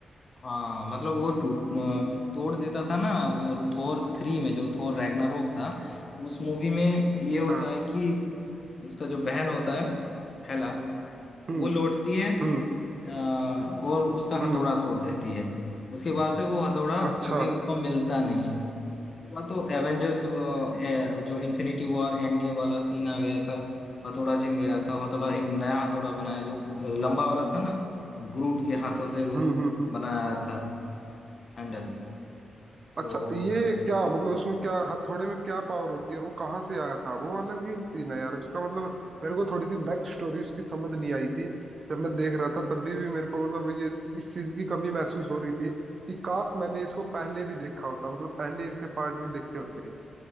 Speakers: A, on the left; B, on the right.
A: हाँ मतलब वो टूट तोड़ देता था ना वो थोर थ्री में जो थोर रैग्नारोक था उस मूवी में ये होता
B: हाँ
A: है कि उसका जो बहन होता है हेला
B: हम्म
A: वो लौटती है
B: हम्म
A: अ, और उसका हथौड़ा
B: हम्म
A: तोड़ देती है उसके बाद से वो हथौड़ा
B: अच्छा
A: कभी उसको मिलता नहीं है उसके बाद तो एवेंजर्स जो इन्फिनिटी वॉर एंड गेम वाला सीन आ गया था हथौड़ा छिन गया था हथौड़ा एक नया हथौड़ा बनाया जो लंबा वाला था ना ग्रूट के हाथों से वो
B: हम्म हम्म हम्म
A: बनाया था हैंडल तो
B: अच्छा ये क्या मतलब इसमें क्या हथौड़े में क्या पावर होती है और वो कहाँ से आया था वो अलग ही सीन है यार उसका मतलब मेरे को थोड़ी सी बैक स्टोरी उसकी समझ नहीं आई थी जब मैं देख रहा था तब भी, भी मेरे को मतलब ये इस चीज की कमी महसूस हो रही थी कि काश मैंने इसको पहले भी देखा होता मतलब पहले इसके पार्ट भी देखे होते